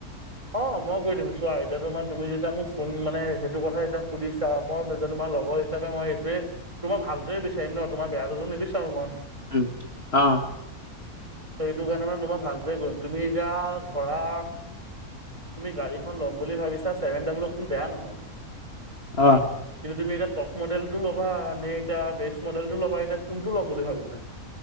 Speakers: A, on the right (about 20°); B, on the left (about 40°).
A: অ' মই কৰি দিম চোৱা এতিয়া ম তুমি যেতিয়া মোক- কোন মানে সেইটো কথা এতিয়া সুধিছা মই যে তোমাৰ লগৰ হিচাপে মই সেইটোৱে তোমাৰ ভালটোৱে বেছি। চম ন তোাৰেয়াটোতো নিবিচাৰো মই।
B: উম আহ।
A: সেইটো কাৰণে মানে তোমই ভালদৰে কৰিম তুমি এতিয়া ধৰা- তুমি গাড়ীখন ল'ম বুলি ভাবিছা ছেভেন ডাব্লুখন বেয়া নহয়।
B: আহ।
A: কিন্তু তুমি এতিয়া টপ মডেলটো ল'বা নে এতিয়া বেচ মডেলটো ল'বা এতিয়া কোনটো ল'ম বুলি ভাবিছা।